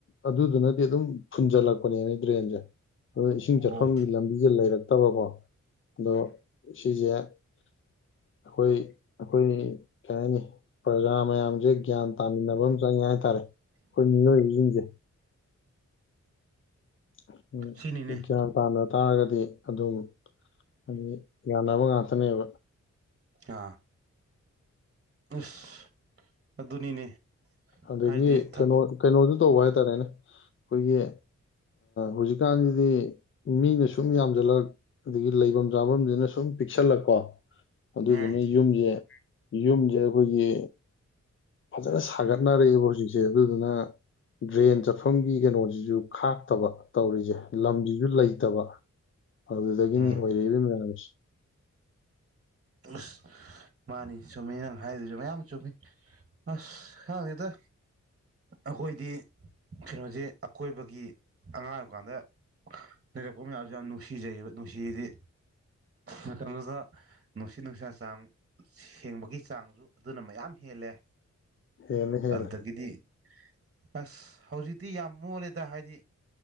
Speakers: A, on the left; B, on the right.
A: ꯑꯗꯨꯗꯨꯅꯗꯤ ꯑꯗꯨꯝ ꯐꯨꯟꯖꯟ ꯂꯛꯄꯅꯦꯕꯥ ꯗ꯭ꯔꯦꯟꯖꯦ ꯑꯗꯨ ꯏꯁꯤꯡ ꯆꯠꯐꯝꯒꯤ
B: ꯑꯣ
A: ꯂꯝꯕꯤꯖꯦ ꯂꯩꯔꯛ ꯇꯔꯕꯣ ꯑꯗꯣ ꯁꯤꯁꯦ ꯑꯩꯈꯣꯏ ꯑꯩꯈꯣꯏ ꯀꯩ ꯍꯥꯏꯅꯤ ꯄ꯭ꯔꯖꯥ ꯃꯌꯥꯝꯁꯦ ꯒ꯭ꯌꯥꯟ ꯇꯥꯃꯤꯟꯅꯕ ꯑꯃ ꯆꯪꯉꯦ ꯍꯥꯏꯇꯥꯔꯦ ꯑꯩꯈꯣꯏ ꯃꯤꯑꯣꯏꯕꯁꯤꯡꯁꯦ <inaudible>
B: ꯁꯤꯅꯤꯅꯦ
A: ꯎꯝ ꯒꯌ꯭ꯥꯟ ꯇꯥꯅꯥ ꯇꯥꯔꯒꯗꯤ ꯑꯗꯨꯝ ꯍꯥꯏꯗꯤ ꯌꯥꯅꯕ ꯉꯥꯛꯇꯅꯦꯕ
B: ꯑꯥ ꯢꯁ ꯑꯗꯨꯅꯤꯅꯦ
A: ꯑꯗꯒꯤ
B: ꯍꯥꯏꯗꯤ ꯊꯕꯛ
A: ꯀꯩꯅꯣ ꯀꯩꯅꯣ ꯇꯧꯕ ꯍꯥꯏꯇꯥꯔꯦꯅꯦ ꯑꯩꯈꯣꯏꯒꯤ ꯍꯧꯖꯤꯛꯀꯥꯟꯗꯤ ꯃꯤꯅ ꯁꯨꯝ ꯌꯥꯝꯁꯤꯜꯂꯛ ꯑꯗꯒꯤ ꯂꯩꯐꯝ ꯆꯥꯐꯝꯁꯤꯅ ꯁꯨꯝ ꯄꯤꯛꯁꯜꯂꯛ ꯀꯣ ꯑꯗꯨꯗꯨꯅ
B: ꯎꯝ
A: ꯌꯨꯝꯁꯦ ꯌꯨꯝꯁꯦ ꯑꯩꯈꯣꯏꯒꯤ ꯐꯖꯅ ꯁꯥꯒꯠ ꯈꯛꯅꯔꯛꯏꯕꯣ ꯍꯧꯖꯤꯛꯁꯦ ꯑꯗꯨꯗꯨꯅ ꯗ꯭ꯔꯦꯟ ꯆꯠꯐꯝꯒꯤ ꯀꯩꯅꯣꯁꯤꯁꯨ ꯈꯥꯛꯇꯕ ꯇꯧꯔꯤꯁꯦ ꯂꯝꯁꯤꯁꯨ ꯂꯩꯇꯕ ꯑꯗꯨꯗꯒꯤꯅꯤ
B: ꯎꯝ
A: ꯑꯣꯏꯔꯛꯏꯕ ꯃꯌꯥꯝꯁꯦ
B: ꯑꯁ ꯃꯥꯅꯤ ꯆꯨꯝꯃꯤ ꯅꯪ ꯍꯥꯏꯗꯁꯨ ꯃꯌꯥꯝ ꯆꯨꯝꯃꯤ ꯑꯁ ꯈꯪꯗꯦꯗꯥ ꯑꯩꯈꯣꯏꯗꯤ ꯀꯩꯅꯣꯁꯦ ꯑꯀꯣꯏꯕꯒꯤ ꯑꯉꯥꯡ ꯑꯣꯏꯕꯀꯥꯟꯗ ꯂꯩꯔꯛꯄ ꯃꯌꯥꯝꯁꯨ ꯌꯥꯝ ꯅꯨꯡꯁꯤꯖꯩꯌꯦꯕ ꯅꯨꯡꯁꯤꯗꯤ ꯃꯇꯝꯗꯨꯗ ꯅꯨꯡꯁꯤꯠ ꯅꯨꯡꯁꯥ ꯆꯥꯡ ꯁꯦꯡꯕꯒꯤ ꯆꯥꯡꯁꯨ ꯑꯗꯨꯅ ꯃꯌꯥꯝ ꯍꯦꯜꯂꯦ
A: ꯍꯦꯜꯂꯦ ꯍꯦꯜꯂꯦ
B: ꯑꯗꯨꯗꯒꯤꯗꯤ <inaudible> ꯑꯁ ꯍꯧꯖꯤꯛꯇꯤ ꯌꯥꯝ ꯃꯣꯜꯂꯦꯗ ꯗ ꯍꯥꯏꯗꯤ